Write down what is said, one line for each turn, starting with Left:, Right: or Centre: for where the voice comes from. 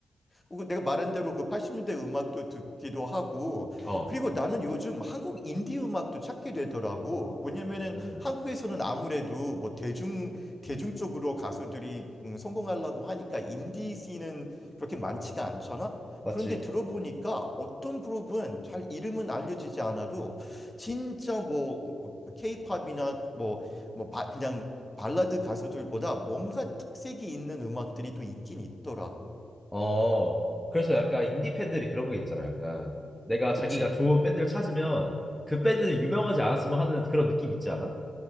Left: 그 내가 말한 대로 그 80년대 음악도 듣기도 하고
Centre: 어,
Left: 그리고 나는 요즘 한국 인디 음악도 찾게 되더라고. 왜냐면은
Centre: 음,
Left: 한국에서는 아무래도 뭐 대중 대중 쪽으로 가수들이 음, 성공하려고 하니까 인디 씬은 그렇게 많지가 않잖아.
Centre: 맞지?
Left: 그런데 들어보니까 어떤 그룹은 잘 이름은 알려지지 않아도 진짜 뭐, 뭐 케이팝이나 뭐, 뭐 바- 그냥 발라드 가수들보다 뭔가 특색이 있는 음악들이 또 있긴 있더라고.
Centre: 어. 그래서 약간 인디 팬들이 그런 게 있잖아. 약간 내가 자기가
Left: 그치?
Centre: 좋은 밴드를 찾으면 그 밴드는 유명하지 않았으면 하는 그런 느낌 있지 않아?